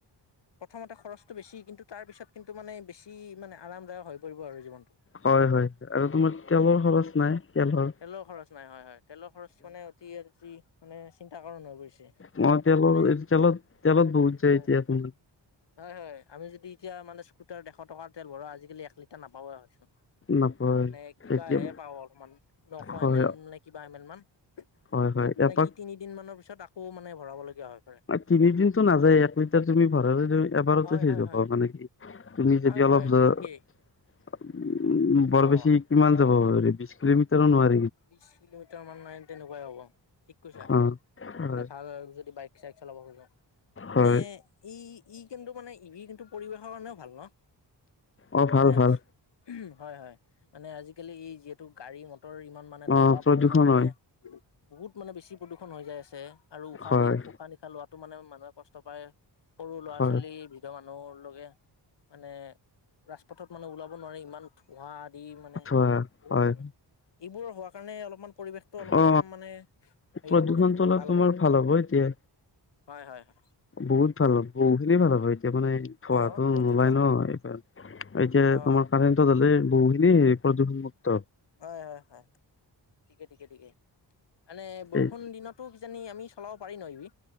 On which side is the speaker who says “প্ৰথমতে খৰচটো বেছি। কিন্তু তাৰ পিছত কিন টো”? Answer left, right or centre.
Left